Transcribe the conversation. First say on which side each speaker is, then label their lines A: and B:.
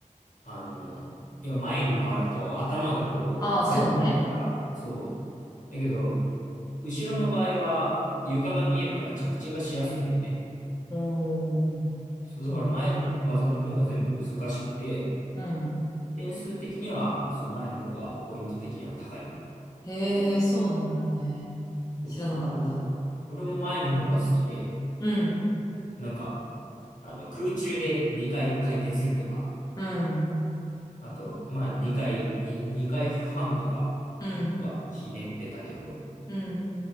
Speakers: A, on the left; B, on the left.
A: あの、いや、前に回ると頭がこう、
B: ああ、そうね。
A: 最後に来るから、そう、だけど、後ろの場合は床が見えるから着地がしやすいんだよね。
B: おー、
A: そう、
B: そうなんだ。
A: だから前の技の方が全部難しくて、
B: うん。
A: 点数的には、そう、前の方がポイント的には高いんだよね。
B: へえ、そうなんだね。知らなかった。
A: そうそう。お俺も前の方が好きで、
B: うん。
A: なんか、あの、空中で2回回転するとか、
B: うん。
A: あと、まあ2回、に2回半とか
B: うん。
A: はひねってたけど、
B: うん。